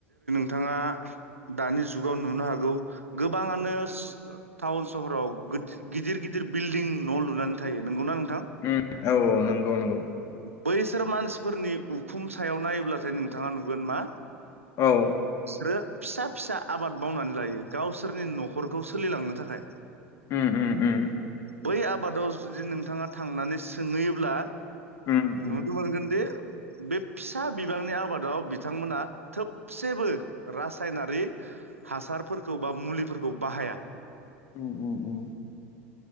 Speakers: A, on the right (about 90°); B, on the left (about 40°).
A: नों थाङा दानि जुगाव नुनो हागौ गोबाङानो टाउन सहराव गो गिदिर गिदिर बिल्डिं न' लुनानै थायो नोंगौना नों
B: उम औ औ नंगौ नंगौ।
A: बैसोर मानसिफोरनि उखुम सायाव नायोब्लाथाय नोंथाङा नुगोन मा
B: औ
A: सो फिसा फिसा आबाद मावनानै लायो गावसोरनि न'खरखौ सोलिलांनो थाखाय।
B: उम उम उम
A: बै आबादाव जुदि नोंथाङा थांनानै सोंहैयोब्ला
B: उम उम
A: नुनो मोनगोन दि बे फिसा बिबांनि आबादाव बिथांमोना थोबसेबो रासायनारि हासारफोरखौ बा मुलिफोरखौ बाहाया।
B: उम उम उम